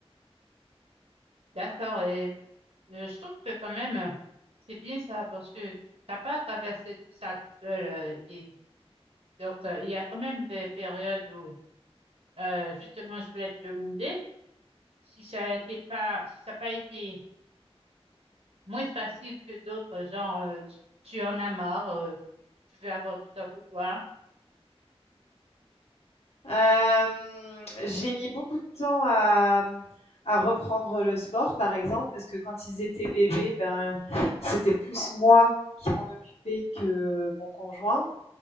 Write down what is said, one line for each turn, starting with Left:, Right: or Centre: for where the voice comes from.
Right: D'accord. Et euh, je trouve que quand même, euh, c'est bien ça parce que t'as pas à traverser tout ça tout seul. euh, et donc, euh, il y a quand même des périodes où, euh, justement, je voulais te demander. si ça n'a pas, si ça a pas été moins facile que d'autres, genre, euh, tu, tu en as marre, euh, tu veux avoir du temps pour toi.
Left: Hem, j'ai mis beaucoup de temps à, mmh, à reprendre le sport, par exemple, parce que quand ils étaient bébés, ben, c'était plus moi qui m'en occupais que mon conjoint